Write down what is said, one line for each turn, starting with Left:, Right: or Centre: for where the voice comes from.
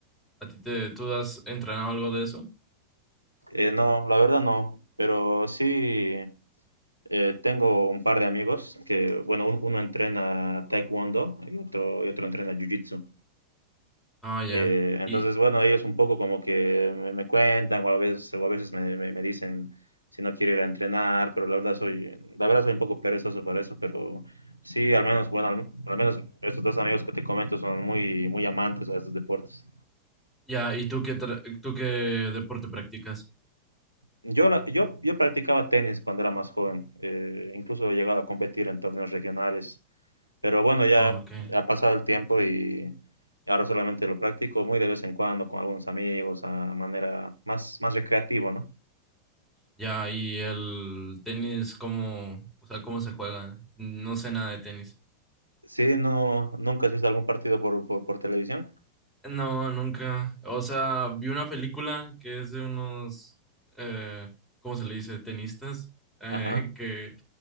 Centre: ¿A ti te, tú has entrenado algo de eso?
Right: Eh, no, la verdad no, pero sí eh, tengo un par de amigos que, bueno, un- uno entrena taekwondo y otro, y otro entrena jiu-jitsu.
Centre: Ah, ya.
Right: Eh, entonces,
Centre: Y
Right: bueno, ellos un poco como que me, me cuentan o a veces, o a veces me, me- me dicen si no quiero ir a entrenar, pero la verdad soy, la verdad soy un poco perezoso para eso, pero sí, al menos, bueno, al, al menos estos dos amigos que te comento son muy, muy amantes a estos deportes.
Centre: ya, ¿y tú qué tra- tú qué deporte practicas?
Right: Yo, la- yo, yo practicaba tenis cuando era más joven, eh, incluso he llegado a competir en torneos regionales, pero bueno, ya
Centre: Ah, ok.
Right: ha pasado el tiempo y ahora solamente lo practico muy de vez en cuando con algunos amigos, a manera más, más recreativa, ¿no?
Centre: Ya, y el tenis, ¿cómo, o sea, cómo se juega? No sé nada de tenis.
Right: Sí, no, ¿nunca has visto algún partido por, por, por televisión?
Centre: No, nunca. O sea, vi una película que es de unos, eh, ¿cómo se le dice? Tenistas, eh,
Right: Ajá,
Centre: <laughs> que,